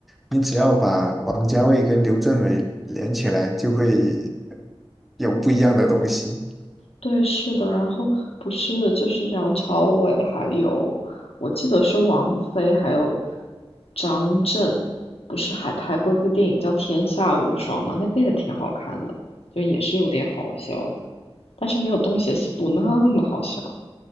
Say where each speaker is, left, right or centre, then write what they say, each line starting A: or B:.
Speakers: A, in the centre; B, on the left.
A: 你只要把王家卫跟刘镇伟连起来，就会有不一样的东西。
B: 对，是的，然后不是就是梁朝伟，还有我记得是王菲，还有张震，不是还拍过一个电影叫《天下无双》吗？那个也挺好看的，就也是有点好笑的，但是没有《东邪西毒》那么好笑。